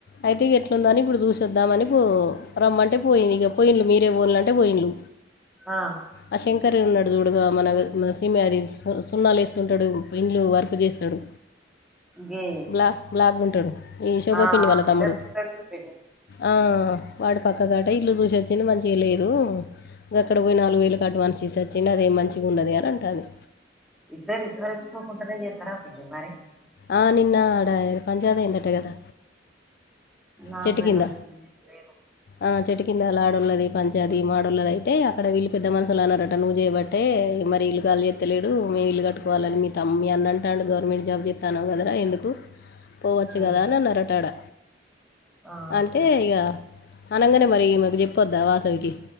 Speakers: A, on the left; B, in the centre.
A: అయితే ఎట్లుంద అని ఇప్పుడు చూస వద్దామని పో రమ్మంటే పోయింది ఇగ పోయింలు మీరే పోనల అంటే పోయింలు
B: ఆ
A: ఆ శంకర్ ఉన్నా అ చూడగా మన మన సమి అది సున్నాలు వేస్తుంటాడు ఇండ్లు వర్క్ చేస్తడు
B: గే
A: బ్లాక్ బ్లాక్ ఉంటడు ఈ శోభ
B: ఆ
A: పిన్ని వాళ్ళ తమ్ముడు
B: తెలుసు తెలుసు పిన్ని
A: ఆ వాడి పక్క గట ఇల్లు చూసి వచ్చింది మంచిగా లేదు అక్కడ పోయి నాలుగు వేలకి అడ్వాన్స్ ఇస్ చర్చిన్ అదే మంచిగ ఉండదు అని అంటంది
B: ఇద్దరు ఇసువ తెచ్చుకోకుండానే చేస్తరా పనీ మరి
A: ఆ నిన్న ఆడ పంచాయతీ ఏందట కదా
B: నాకు
A: చెట్టు
B: తెలవదు
A: కింద
B: పిన్ని నేను
A: ఆ చేట్ కింద అలా ఆడళ్ళది పంచది మాడళ్ళది అయితే అక్కడ వీళ్ళు పెద్ద మనుషులు అన్నారట నువ్వు చేయబట్టే మరిళ్ళ కాలి చెత్తలేడు మేము ఇల్లు కట్టుకోవాలని మీ త మీ అన్నంటే అంటడి గవర్నమెంట్ జాబ్ చెత్తన్నావు కదారా ఎందుకు పోవచ్చు
B: లేను
A: కదా అని ఆన్నరట ఆడ
B: ఆహా
A: అంటే ఇగా అనగానే మరి ఈమెకి చెప్పొద్దా వాసవికి